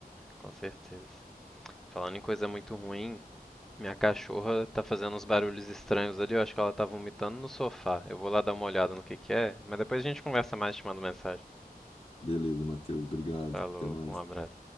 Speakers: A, in the centre; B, on the left.
A: com certeza. Falando em coisa muito ruim, minha cachorra tá fazendo uns barulhos estranhos ali. Eu acho que ela tá vomitando no sofá. Eu vou lá dar uma olhada no que que é, mas depois a gente conversa mais te mando mensagem.
B: Beleza, Matheus. Obrigado.
A: Falou,
B: Até mais.
A: um abraço.